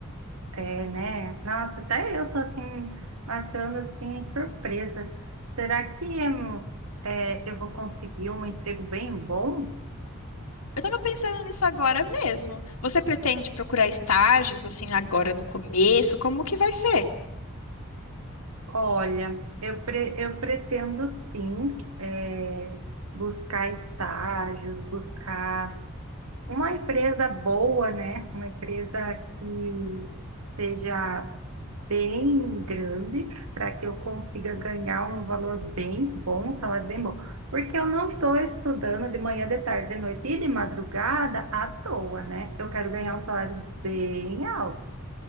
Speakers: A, on the right; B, on the left.
A: é, né? Nossa, até eu tô assim, achando assim, surpresa. Será que hum, é, eu vou conseguir um emprego bem bom?
B: Eu tava pensando nisso agora mesmo. Você pretende procurar estágios assim agora no começo? Como que vai ser?
A: Olha, eu, pre- eu pretendo sim, é, buscar estágios, buscar Uma empresa boa, né? Uma empresa que seja bem grande, para que eu consiga ganhar um valor bem bom, um salário bem bom. Porque eu não estou estudando de manhã, de tarde, de noite e de madrugada à toa, né? Eu quero ganhar um salário bem alto.